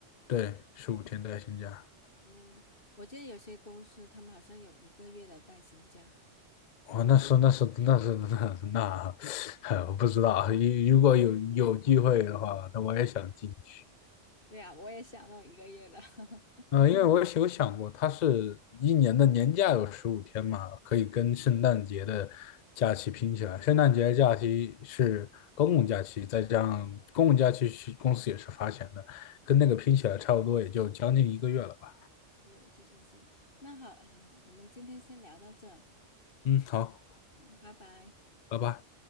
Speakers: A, on the left; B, on the left.
A: 对，十五天带薪假。
B: 嗯，我记得有些公司他们好像有一个月的带薪假。
A: 哦，那是那是那是那那，<laughs> 我不知道。如如果有有机会的话，那我也想进去。
B: 对啊，我也想弄一个月的，<laughs>
A: 嗯、因为我有想过，它是一年的年假有十五天嘛，可以跟圣诞节的假期拼起来。圣诞节的假期是公共假期，再加上公共假期是公司也是发钱的，跟那个拼起来差不多，也就将近一个月了吧。
B: 就就是这样。那好，嗯，我们今天先聊到这，
A: 嗯，好，
B: 嗯，拜拜。
A: 拜拜。